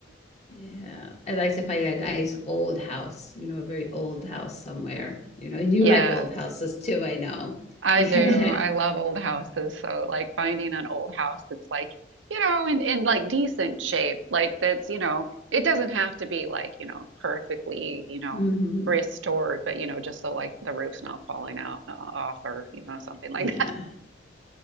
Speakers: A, on the left; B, on the right.
A: Yeah. I'd like to find a nice old house, you know, a very old house somewhere, you know, and you
B: Yes,
A: like old houses too, I know. <laughs>
B: I
A: hmm
B: do. I love old houses. So like finding an old house that's like, you know, in, in like decent shape, like that's, you know, it doesn't have to be like, you know, perfectly, you know,
A: hmm
B: restored, but you know, just so like the roof's not falling out uh, off or, you know, something
A: Yeah.
B: like